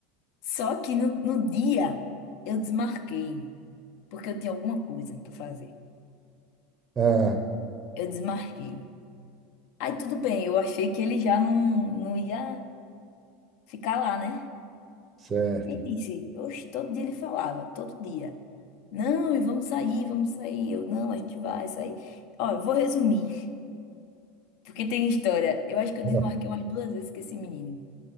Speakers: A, on the left (about 60°); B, on the right (about 20°).
A: Só que no, no dia eu desmarquei, porque eu tinha alguma coisa pra fazer.
B: ah,
A: Eu desmarquei. Aí tudo bem, eu achei que ele já não, não ia ficar lá, né?
B: certo.
A: Ele disse, oxe, todo dia ele falava, todo dia. Não, e vamos sair, vamos sair. Eu, não, a gente vai sair. Ó, eu vou resumir, porque tem história. Eu acho que eu
B: Ah,
A: desmarquei umas duas vezes com esse menino.